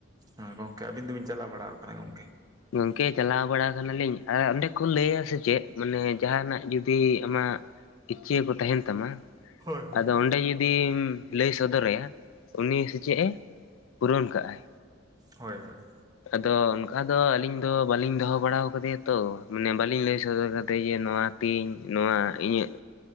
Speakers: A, on the right; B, on the left.
A: ᱦᱮᱸ ᱜᱚᱝᱠᱮ ᱟᱵᱤᱱ ᱫᱚᱵᱤᱱ ᱪᱟᱞᱟᱣ ᱵᱟᱲᱟ ᱟᱠᱟᱱᱟ ᱜᱚᱝᱠᱮ
B: ᱜᱚᱝᱠᱮ ᱪᱟᱞᱟᱣ ᱵᱟᱲᱟ ᱠᱟᱱᱟᱞᱤᱧ ᱟᱨ ᱚᱸᱰᱮ ᱠᱚ ᱞᱟᱹᱭᱭᱟ ᱥᱮ ᱪᱮᱫ ᱢᱟᱱᱮ ᱡᱟᱦᱟᱱᱟᱜ ᱡᱩᱫᱤ ᱟᱢᱟᱜ ᱤᱪᱪᱤᱭᱟᱹ ᱠᱚ ᱛᱟᱦᱮᱱ ᱛᱟᱢᱟ
A: ᱦᱳᱭ ᱦᱳᱭ
B: ᱟᱫᱚ ᱚᱸᱰᱮ ᱡᱩᱫᱤᱢ ᱞᱟᱹᱭ ᱥᱚᱫᱚᱨ ᱟᱭᱟ ᱩᱱᱤ ᱥᱮᱪᱮᱫ ᱮ ᱯᱩᱨᱚᱱ ᱠᱟᱜᱼᱟᱭ
A: ᱦᱳᱭ ᱦᱳᱭ
B: ᱟᱫᱚ ᱚᱱᱠᱟ ᱫᱚ ᱟᱞᱤᱧ ᱫᱚ ᱵᱟᱞᱤᱧ ᱫᱚᱦᱚ ᱵᱟᱲᱟ ᱟᱠᱟᱫᱮᱭᱟ ᱛᱚ ᱢᱟᱱᱮ ᱵᱟᱞᱤᱧ ᱞᱟᱹᱭ ᱥᱚᱫᱚᱨ ᱠᱟᱫᱮ ᱡᱮ ᱱᱚᱣᱟ ᱤᱧ ᱱᱚᱣᱟ ᱤᱧᱟᱹᱜ